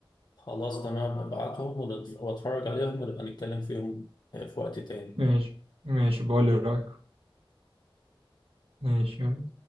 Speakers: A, on the left; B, on the right.
A: خلاص تمام ابعتهم ونت- واتفرج عليهم ونبقى نتكلم فيهم في وقت تاني
B: ماشي ماشي بقول لي رأيك ماشي يلا